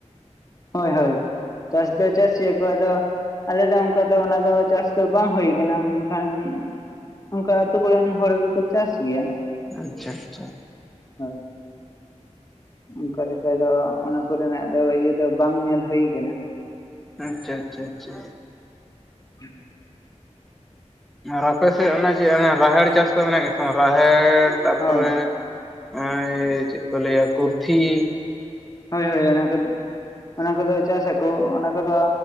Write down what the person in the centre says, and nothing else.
ᱟᱪᱪᱷᱟ ᱟᱪᱪᱷᱟ
ᱟᱪᱪᱷᱟ ᱟᱪᱷᱟ ᱟᱪᱷᱟ
ᱟᱨ ᱟᱯᱮ ᱥᱮᱫ ᱚᱱᱟ ᱪᱮᱫ ᱨᱟᱦᱮᱲ ᱪᱟᱥ ᱠᱚ ᱢᱮᱱᱟᱜ ᱜᱮᱭᱟ ᱥᱮ ᱵᱟᱝ ᱨᱟᱦᱮᱲ ᱛᱟᱨᱯᱚᱨᱮ
ᱱᱚᱜᱚᱭ ᱪᱮᱫ ᱠᱚ ᱞᱟᱹᱭ ᱟ ᱠᱩᱨᱛᱤᱷᱤ